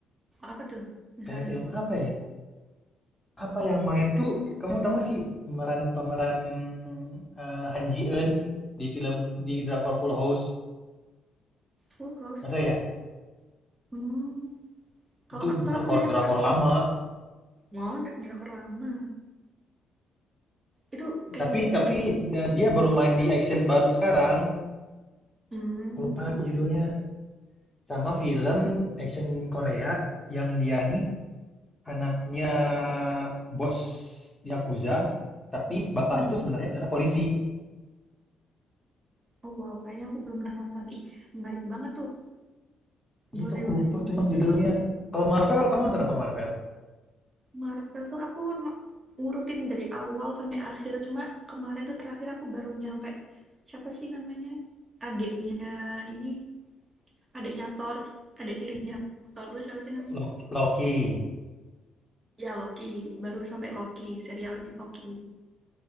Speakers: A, on the right; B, on the left.
A: apa tuh misalnya
B: Kayak film apa ya Apa yang main tuh, kamu tahu nggak sih pemeran-pemeran eh, Han Ji Eun di film di drakor Full House?
A: Full House
B: Nggak tahu ya?
A: hmm Kalau
B: Itu
A: aktor
B: drakor-drakor
A: aku biasanya kurang tahu.
B: lama.
A: Mau dra- drakor lama. Itu kayak
B: Tapi
A: ceritanya
B: tapi
A: kayak gini.
B: dia dia baru main di action baru sekarang.
A: Hmm.
B: Aku lupa lagi judulnya. Sama film action Korea yang dia nih anaknya bos Yakuza, tapi bapaknya
A: mm-mm.
B: tuh sebenarnya adalah polisi.
A: Oh wow, kayaknya aku belum pernah nonton. Ih, menarik banget tuh. Boleh,
B: Itu aku
A: boleh
B: lupa
A: sih, boleh.
B: cuman judulnya. Kalau Marvel, kamu nonton apa Marvel?
A: Marvel tuh aku no- ngurutin dari awal sampai akhir. Cuma kemarin tuh terakhir aku baru nyampe siapa sih namanya? Adiknya ini, adiknya Thor, adik tirinya Thor tuh siapa sih namanya?
B: Lo- Loki.
A: Ya Loki, baru sampai Loki, serialnya Loki.